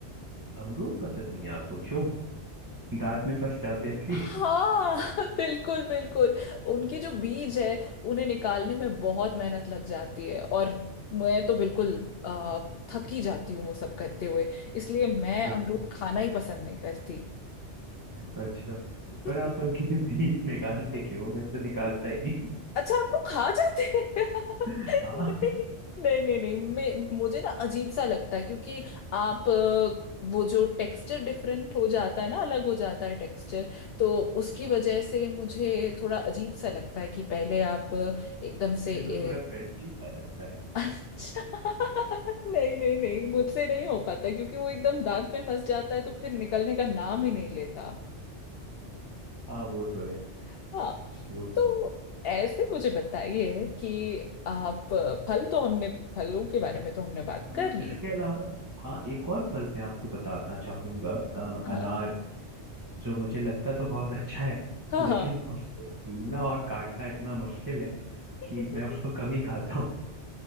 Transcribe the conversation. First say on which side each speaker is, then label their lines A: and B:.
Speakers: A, on the right; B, on the left.
A: अमरूद पसंद नहीं है आपको क्यों दांत में फंस जाते हैं इसलिए
B: हाँ <laughs> बिल्कुल बिल्कुल उनके जो बीज है उन्हें निकालने में बहुत मेहनत लग जाती है और मैं तो बिल्कुल आ, थक ही जाती हूँ वो सब करते हुए इसलिए मैं
A: अच्छा
B: अमरूद खाना ही पसंद नहीं करती
A: अच्छा
B: <laughs>
A: पर आप उनके बीज निकालते क्यों मैं तो निकालता ही नहीं
B: अच्छा आप वो खा जाते हैं <laughs>
A: हाँ
B: नहीं नहीं नहीं नहीं मैं मुझे ना अजीब सा लगता है क्योंकि आप अ, वो जो टेक्सचर डिफरेंट हो जाता है ना अलग हो जाता है टेक्सचर तो उसकी
A: हाँ
B: वजह से मुझे थोड़ा अजीब सा लगता है कि पहले आप अ, एकदम
A: मुझे
B: से ए,
A: तो थोड़ा क्रंची सा लगता है
B: <laughs> अच्छा नहीं नहीं नहीं मुझसे नहीं हो पाता क्योंकि वो एकदम दांत में फंस जाता है तो फिर निकलने का नाम ही नहीं लेता
A: हाँ वो तो है
B: हाँ
A: वो तो
B: तो
A: है
B: ऐसे मुझे बताइए कि आप फल तो हमने फलों के बारे में तो हमने बात
A: हाँ,
B: कर ली
A: इसके अलावा हाँ एक और फल मैं आपको बताना चाहूंगा अ,
B: हाँ
A: अनार जो मुझे लगता तो बहुत अच्छा है
B: हाँ
A: लेकिन
B: हाँ
A: उसको पीलना और काटना इतना मुश्किल है कि
B: <laughs>
A: मैं उसको कम ही खाता हूँ